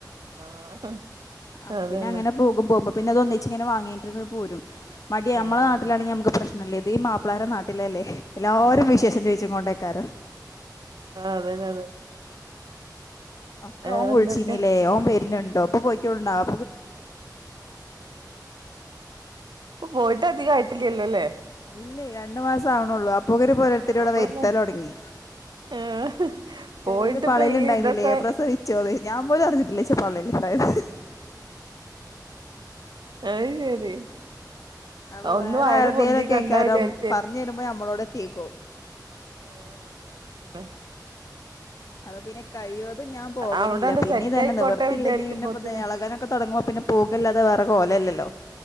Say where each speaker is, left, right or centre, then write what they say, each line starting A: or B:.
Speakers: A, on the right (about 80°); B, on the left (about 50°).
A: ആഹ്
B: അപ്പൊ
A: അതന്നെ
B: പിന്നെ അങ്ങനെ പോകും പോവുമ്പ പിന്നെ അത് ഒന്നിച്ച് ഇങ്ങനെ വാങ്ങിട്ട്ണ് പോരും മടിയ ഞമ്മളെ
A: ആഹ് ആഹ്
B: നാട്ടിലാണെങ്കി ഞമ്മക്ക് പ്രശ്നല്ല ഇതീ മാപ്പ്ളാരെ നാട്ട്ലല്ലെ എല്ലാരും
A: ആഹ്
B: വിശേഷം ചൊയ്ച്ചു കൊണ്ടേക്കാരം
A: അതന്നെ അതന്നെ
B: ഒക്കെ
A: വേറെന്തൊക്കെ
B: ഓൻ വുളിച്ചീന്നിലേ ഓൻ വര് ണ്ണ്ടോ ഇപ്പൊ പോയിട്ടൊള്ണാ അ
A: പ്പ പോയിട്ട് അധികായ്ട്ടില്ല്യല്ലലെ
B: ഇല്ല്യ രണ്ട് മാസം ആവ്ണൊള്ളു അപ്പോക്ന് ഓരോര്തര്
A: ആഹ്
B: വടെ
A: അപ്പൊന്ന്
B: വര്ത്തലൊടങ്ങി
A: ഏഹ്
B: ചെലോല്
A: പോയിട്ടിപ്പ
B: പളില്
A: ഈ
B: ഇണ്ടായ്ന്നിലെ
A: ഇതൊക്കെ
B: പ്രസവിച്ചോ ഞാൻ പോലും അറിഞ്ഞ്ട്ടില്ല ച്ച് പള്ളീല്ണ്ടായത്
A: അത് ശരി
B: അപ്പൊ
A: ഒന്നും
B: വേറെ
A: വയറ്
B: ആരുതേലൊക്കെ
A: പൊന്തി കണ്ടാ
B: ഏക്കാരം
A: വിചാരിച്ചെ
B: പറഞ്ഞ് തരുമ്പോ നമ്മളോട് എത്തിക്കും.
A: ആഹ് ബ്ബെ
B: അപ്പൊ പിന്നെ കഴിയോതും ഞാൻ പോകലില്ല
A: അവിടണ്ട്
B: പിന്നെതെന്നെ
A: സെറ്റ് ആയിക്കോട്ടെ
B: നിവർത്തിയില്ലെങ്കി
A: വിചാരിക്കുമ്പോത്തിന്
B: പിന്നെപ്പൊ എളകാനൊക്കെ തൊടങ്ങു അപ്പപിന്നെ പൂക്കല്ലാതെ വേറെകോലല്ലലോ